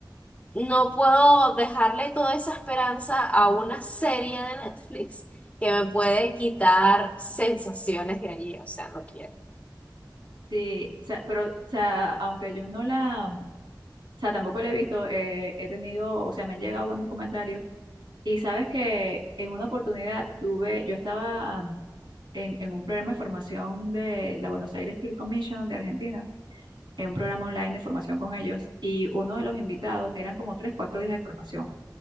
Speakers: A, on the left; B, on the right.
A: no puedo dejarle toda esa esperanza a una serie de Netflix que me puede quitar sensaciones de allí, o sea, no quiero.
B: Sí, o sea, pero, o sea, aunque yo no la, o sea, tampoco la he visto, eh, he tenido, o sea, me han llegado buenos comentarios. Y sabes que en una oportunidad tuve, yo estaba mm, en, en un programa de formación de la Buenos Aires Film Commission de Argentina en un programa online de formación con ellos y uno de los invitados eran como tres, cuatro días de formación.